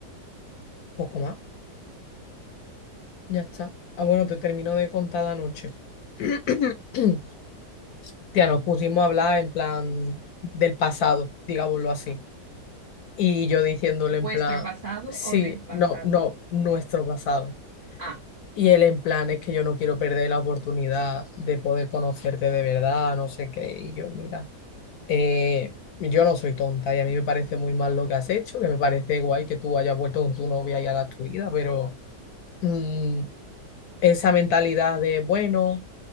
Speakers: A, on the left; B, on the right.
A: poco más, ya está. Ah, bueno, te termino de contar la noche. <clears throat> Tía, nos pusimos a hablar en plan del pasado, digámoslo así. Y yo diciéndole
B: ¿Vuestro
A: en plan,
B: pasado
A: sí,
B: o del pasado?
A: no, no, nuestro pasado.
B: Ah,
A: Y él en plan, es que yo no quiero perder la oportunidad de poder conocerte de verdad, no sé qué. Y yo, mira, eh, yo no soy tonta y a mí me parece muy mal lo que has hecho, que me parece guay que tú hayas vuelto con tu novia y hagas tu vida, pero mm, esa mentalidad de, bueno,